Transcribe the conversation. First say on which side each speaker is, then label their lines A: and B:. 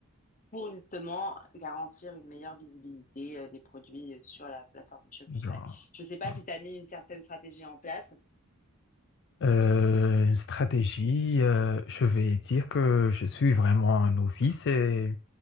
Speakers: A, on the left; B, on the left.
A: pour justement garantir une meilleure visibilité euh, des produits euh, sur la plateforme Shopify.
B: Euh, genre,
A: Je ne sais pas
B: euh,
A: si tu as mis une certaine stratégie en place.
B: euh, une stratégie, euh, je vais dire que je suis vraiment un novice et